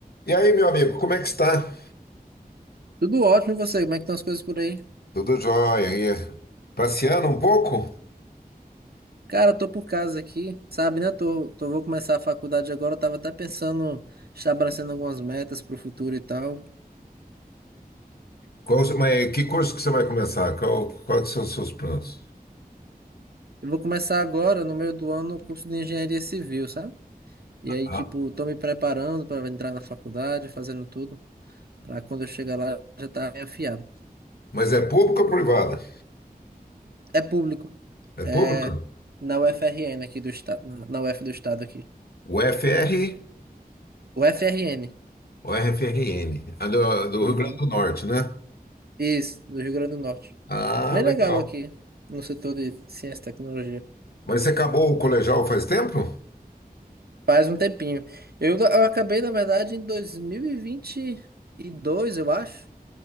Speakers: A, on the left (about 80°); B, on the right (about 80°).
A: E aí, meu amigo, como é que está?
B: Tudo ótimo, e você? Como é que estão as coisas por aí?
A: Tudo jóia. E passeando um pouco?
B: Cara, tô por casa aqui, sabe, né? Tô, tô, vou começar a faculdade agora. Eu tava até pensando, estabelecendo algumas metas pro futuro e tal.
A: Qual, mas que curso que você vai começar? Qual, quais são os seus planos?
B: Eu vou começar agora, no meio do ano, o curso de engenharia civil, sabe? E
A: Ah,
B: aí, tipo, tô me preparando para entrar na faculdade, fazendo tudo, pra quando eu chegar lá já tá bem afiado.
A: Mas é pública ou privada?
B: É público,
A: É ah,
B: é
A: pública?
B: na UFRN aqui do estado, na na UF do estado aqui.
A: O FR
B: UFRN.
A: ou RFRN? A do, do
B: Uhum.
A: Rio Grande do Norte, né?
B: Isso, do Rio Grande do Norte.
A: ah,
B: Bem legal
A: legal.
B: aqui
A: Legal.
B: no setor de ciência e tecnologia.
A: Mas você acabou o colegial faz tempo?
B: Faz um tempinho. Eu, eu acabei, na verdade, em 2022, eu acho,